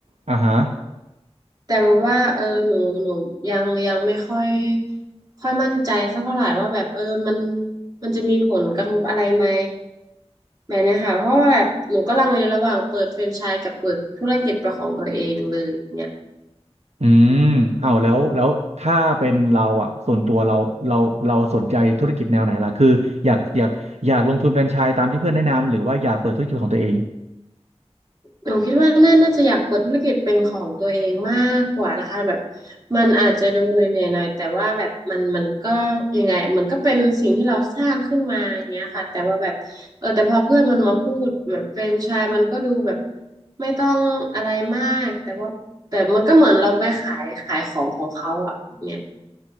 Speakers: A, on the right; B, on the right.
A: อ่าฮะ
B: แต่ว่าเออหนูหนูยังยังไม่ค่อยค่อยมั่นใจสักเท่าไหร่ว่าแบบเออมันมันจะมีผลกระทบอะไรไหมแบบเนี้ยค่ะเพราะว่าแบบหนูก็ลังเลระหว่างเปิดแฟรนไชส์กับเปิดธุรกิจเป็นของตัวเองเลยอย่างเนี่ย
A: อืมเอาแล้วแล้วถ้าเป็นเราอ่ะส่วนตัวเราเราเราสนใจธุรกิจแนวไหนล่ะคืออยากอยากอยากลงทุนแฟรนไชส์ตามที่เพื่อนแนะนำหรือว่าอยากเปิดธุรกิจของตัวเอง
B: หนูคิดว่าน่าน่าจะอยากเปิดธุรกิจเป็นของตัวเองมากกว่านะคะแบบมันอาจจะดูเหนื่อยๆหน่อยแต่ว่าแบบมันมันก็ยังไงมันก็เป็นสิ่งที่เราสร้างขึ้นมาอย่างเงี้ยค่ะแต่ว่าแบบเออแต่พอเพื่อนมันมาพูดแบบแฟรนไชส์มันก็ดูแบบไม่ต้องอะไรมากแต่ว่าแต่มันก็เหมือนเราไปขายขายของของเขาอ่ะเนี่ย